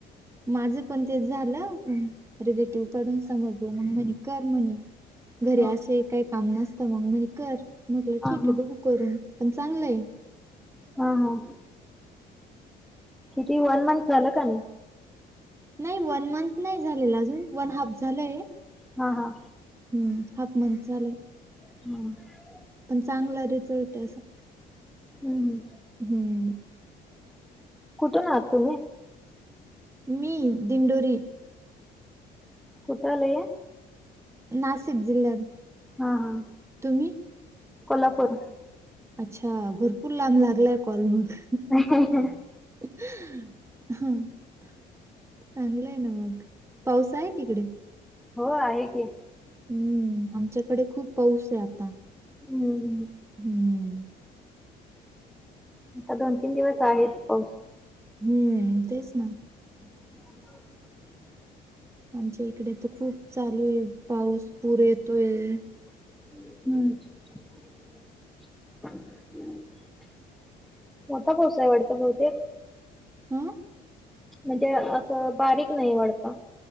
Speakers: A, on the right; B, in the centre.
A: माझं पण तेच झालं रिलेटिव्ह कडून समजलं. मग म्हणे कर म्हणे, घर
B: हा
A: असंही काही काम नसतं मग म्हणे कर. म्हटलं ठीक
B: हा हा
A: आहे, बघू करून पण चांगलंय.
B: हा, हा. किती वन मंथ झालं का नाही?
A: नाही वन मंथ नाही झालेला अजून, वन हाफ झालंय.
B: हा, हा.
A: हं, हाफ मंथ झालंय.
B: <unintelligible>
A: पण चांगला रिझल्ट आहे असं.
B: हं.. हूं..
A: ह..
B: कुठून आहात तुम्हीं?
A: मी दिंडोरी.
B: कुठं आलं हे?
A: नासिक जिल्ह्यात.
B: हा, हा.
A: तुम्ही
B: कोल्हापूर.
A: अच्छा, भरपूर लांब लागलाय कॉल मग.
B: <unintelligible>
A: <unintelligible> चांगलय ना मग. पाऊस आहे तिकडे.
B: हो आहे की.
A: हम्म, आमच्याकडे खूप पाऊस आहे आता.
B: एवढ नही
A: हम्म
B: आता दोन तीन दिवस आहेच पाऊस.
A: हम्म, तेच ना.
B: <inaudible>
A: आमच्या इकडे तर खूप चालू आहे पाऊस. पुर येतोय.
B: हम्म मोठा पाऊस आहे वाटत बहुतेक.
A: अ
B: म्हणजे अस बारीक नाही वाढत.